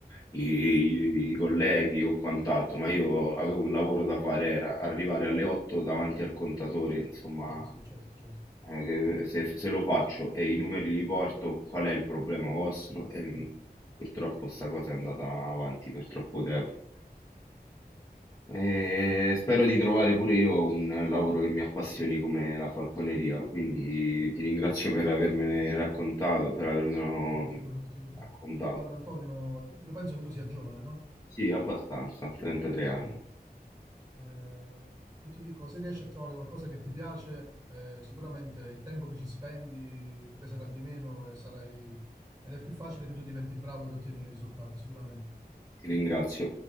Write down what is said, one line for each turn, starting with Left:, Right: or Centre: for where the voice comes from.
Left: i, i- i colleghi o quant'altro, ma io avevo un lavoro da fare, era arrivare alle 8 davanti al contatore, insomma,
Right: sì, sì, certo, certo.
Left: eh, che se, se lo faccio e i numeri li porto, qual è il problema vostro? E mm,
Right: Mm.
Left: purtroppo sta cosa è andata avanti per troppo tempo. E spero di trovare pure io un lavoro che mi appassioni come la falconeria, quindi ti ringrazio per avermene raccontato, per avermelo
Right: No, figurati, figurati.
Left: raccontato.
Right: Ma guarda, Antonio, io penso che tu sia giovane, no?
Left: Sì, abbastanza, 33 anni.
Right: Eh, eh, io ti dico, se riesci a trovare qualcosa che ti piace, eh, sicuramente il tempo che ci spendi ti peserà di meno e sarai... ed è più facile che tu diventi bravo ed ottieni i risultati, sicuramente.
Left: Ti ringrazio.